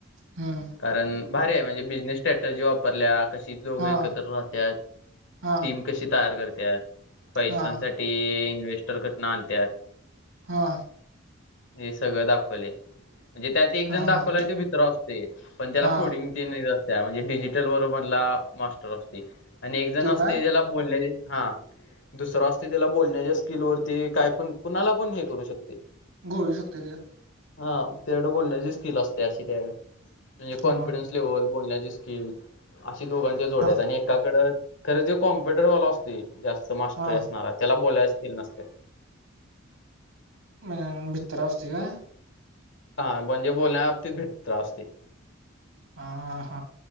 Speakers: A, on the right; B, on the left.
A: हम्.
B: कारण भारी आहे, म्हणजे बिझनेस स्टॅटजी वापरल्या क कशी दोघ
A: हा
B: एकत्र राहत्यात,
A: हा
B: टीम कशी तयार करत्यात. पैशांसाठी
A: हा
B: इन्व्हेस्टर कुठनं आणत्यात.
A: हा.
B: हे सगळं दाखवले. म्हणजे त्यात एक
A: हा
B: जण दाखवला
A: हा
B: त भीतरा असतुयं, पण त्याला
A: हा
B: कोडिंग तेनं येत असतंय. म्हणजे डिजिटल वर मधला मास्टर असतुयं आणि एक जण
A: तो
B: असतुयं
A: काय
B: त्याला बोलण्याचीं हा, दुसरा असतुयं त्याला बोलण्याच्या स्किलवरती काय पण कुणाला पण, हे करू शकतंय.
A: घोळू शकतोयं त्यो.
B: हा तेयाकडं बोलण्याची स्किल असत्या, अशी त्याकडं. म्हंजे कॉन्फिडन्स
A: हा
B: लेव्हल बोलण्याची स्किल, अशी दोघांच्या जोड्या
A: हा
B: हायत. आणि एकाकडं, खरं तो कॉम्प्युटरवाला असतूय. जास्त मास्टर
A: हा
B: असणार त्याला बोलायचीं स्किल नसत्या.
A: म भीतरा असतुयं का?
B: हा, म्हणजे बोलण्या बाबतीत भिटतो असतुयं.
A: आ हा,